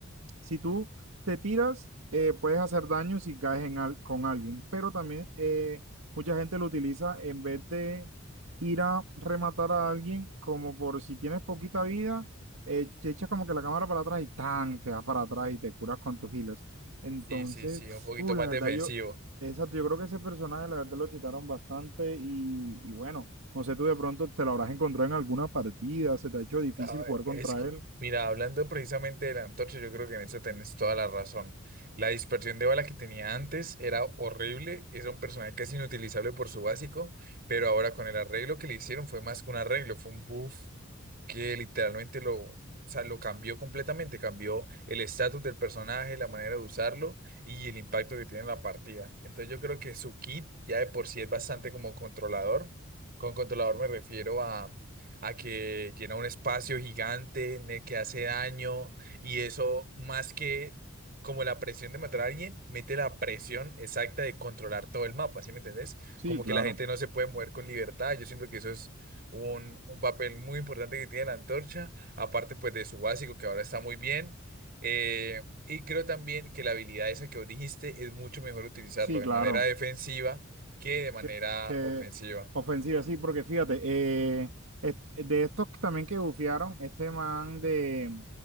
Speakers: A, on the right (about 70°); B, on the right (about 45°).
A: si tú te tiras, eh, puedes hacer daño si caes en al- con alguien, pero también eh, mucha gente lo utiliza en vez de ir a rematar a alguien, como por si tienes poquita vida, eh, te echas como que la cámara para atrás y tan, te vas para atrás y te curas con tus healers. Entonces,
B: Sí, sí, sí, un poquito
A: uh,
B: más
A: la verdad,
B: defensivo.
A: yo, exacto, yo creo que ese personaje, la verdad, lo chitaron bastante y, y bueno, no sé, tú de pronto te lo habrás encontrado en alguna partida, se te ha hecho difícil
B: A ver,
A: jugar contra
B: es que,
A: él.
B: mira, hablando precisamente de la antorcha, yo creo que en eso tenés toda la razón. La dispersión de bala que tenía antes era horrible, era un personaje casi inutilizable por su básico, pero ahora con el arreglo que le hicieron fue más que un arreglo, fue un buff que literalmente lo, o sea, lo cambió completamente, cambió el estatus del personaje, la manera de usarlo y el impacto que tiene en la partida. Entonces yo creo que su kit ya de por sí es bastante como controlador. Con controlador me refiero a, a que llena un espacio gigante en el que hace daño y eso más que... Como la presión de matar a alguien, mete la presión exacta de controlar todo el mapa, ¿sí me entendés?
A: Sí,
B: Como
A: claro.
B: que la gente no se puede mover con libertad. Yo siento que eso es un, un papel muy importante que tiene la antorcha, aparte pues de su básico que ahora está muy bien. Eh, y creo también que la habilidad esa que vos dijiste es mucho mejor utilizarlo
A: Sí,
B: de
A: claro.
B: manera defensiva que de manera
A: Que, que
B: ofensiva.
A: ofensiva, sí, porque fíjate, eh, est- de estos que también que bufiaron, este man de,